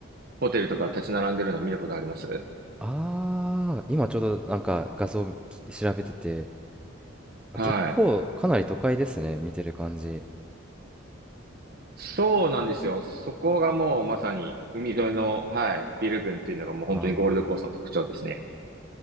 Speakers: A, on the right; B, in the centre.
A: ホテルとか立ち並んでるのを見たことあります
B: ああ、今ちょうどなんか画像き調べてて、
A: はい。
B: あ結構かなり都会ですね、見てる感じ。
A: そうなんですよ。そこがもうまさに海沿いの、はい、ビル群っていうのがもう本当にゴールドコーストの特徴ですね。
B: ああ、